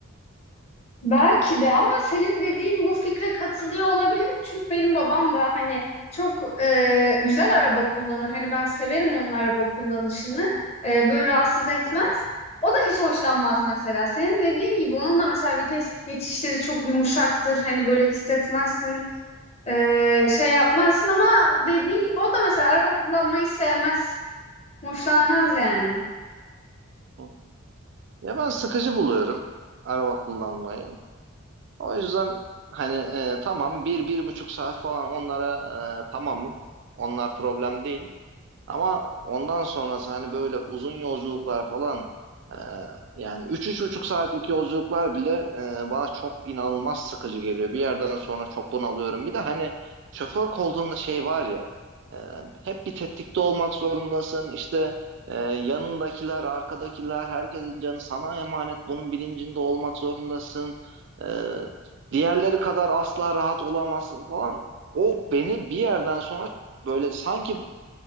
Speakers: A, on the left (about 30°); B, on the right (about 55°).
A: Belki de ama senin dediğin bu fikre katılıyor olabilirim. Çünkü benim babam da hani çok e, güzel araba kullanır. Hani ben severim onun araba kullanışını. E, böyle rahatsız etmez.
B: Hı
A: O da hiç hoşlanmaz mesela. Senin dediğin gibi onun da mesela vites geçişleri çok yumuşaktır. Hani böyle hissetmezsin. Ee, şey yapmazsın ama dediğin gibi o da mesela araba kullanmayı sevmez. Hoşlanmaz yani.
B: hı. Ya ben sıkıcı buluyorum araba kullanmayı. O yüzden hani e, tamam bir, bir buçuk saat falan onlara e, tamamım. Onlar problem değil. Ama ondan sonrası hani böyle uzun yolculuklar falan e, yani üç buçuk saatlik yolculuklar bile e, bana çok inanılmaz sıkıcı geliyor. Bir yerden sonra çok bunalıyorum. Bir de hani şoför koltuğunda şey var ya e, hep bir tetikte olmak zorundasın. İşte e, yanındakiler, arkadakiler, herkesin canı sana emanet. Bunun bilincinde olmak zorundasın. E, diğerleri kadar asla rahat olamazsın falan. O beni bir yerden sonra böyle sanki